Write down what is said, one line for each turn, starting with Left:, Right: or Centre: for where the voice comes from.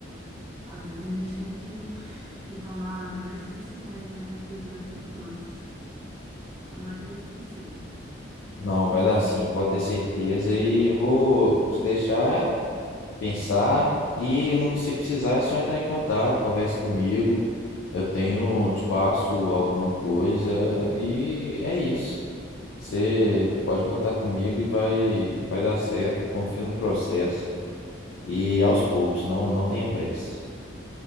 Right: Às vezes a gente tem que, que tomar grandes decisões, né, para ter grandes mudanças. Tomara que dê tudo certo.
Left: Não, vai dar sim, pode ter certeza e eu vou te deixar pensar e no que você precisar é só entrar em contato, conversa comigo. Eu tenho, te passo alguma coisa e é isso. Você pode contar comigo e vai vai dar certo, confia no processo e aos poucos, não não tenha pressa.